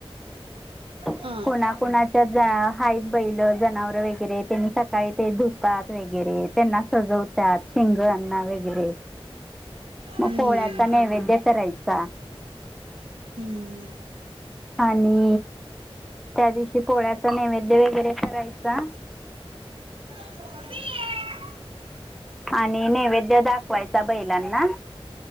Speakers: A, in the centre; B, on the right.
A: <inaudible>
B: हं,
A: कुणा कुणाच्या ज हायेत बैल, जनावरं वगैरे. त्यांनी सकाळी ते धुतात व गैरे त्यांना सजवतात शिंगाना वगैरे. म
B: हम्म
A: पोळ्याचा नैवेद्य करायचा.
B: हम्म
A: आणि त्या दिवशी पोळ्याचा नैवेद्य वगैरे करायचा.
B: <inaudible>
A: आणि नैवेद्य दाखवायचा बैलांना.